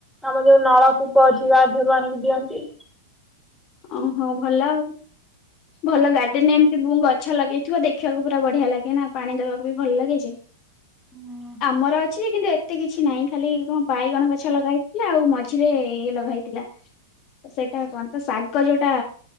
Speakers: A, in the centre; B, on the left.
A: ଆମ ଯୋଉ ନଳକୂପ ଅଛି ବାଧିଅରୁ ଆଣିକି ଦିଅନ୍ତି।
B: ଓହୋ ଭଲ ଆଉ। ଭଲ ଗାର୍ଡେନ ରେ ଏମିତି ବୁ ଗଛ ଲଗେଇଥିବ ଦେଖିବାକୁ ପୁରା ବଢିଆ ଲାଗେ ନା ପାଣି ଦେବାକୁ ବି ଭଲ ଲାଗେ ଯେ।
A: ହୁଁ,
B: ଆମର ଅଛି ଯେ କିନ୍ତୁ ଏତେ କିଛି ନାହିଁ ଖାଲି କଣ ବାଇଗଣ ଗଛ ଲଗା ହେଇଥିଲା ଆଉ ମଝିରେ ଇଏ ଲଗାହେଇ ଥିଲା। ସେଇଟା କଣ ତ ଶାଗ ଯୋଉଟା